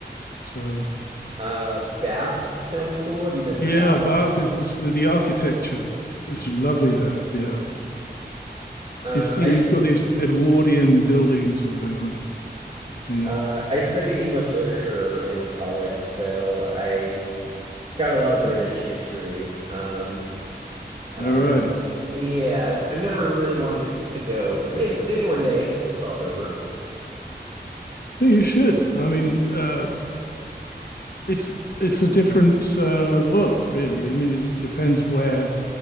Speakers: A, on the left (about 60°); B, on the right (about 35°).
A: So
B: Uh, Bath sounds cool. Have you been
A: Yeah,
B: to Bath?
A: Bath is it's the, the architecture is lovely there. Yeah,
B: Um,
A: you think
B: I, s-
A: you've got these Edwardian buildings or whatever. So, yeah,
B: uh, I studied English literature in college, so I got a lot of British
A: yeah.
B: history. Um, Uh,
A: All right,
B: yeah, I've I've never really wanted to, to go, but maybe maybe one day I'll stop over.
A: well, you should. I mean, uh, it's it's a different uh, world, really. I mean, it depends where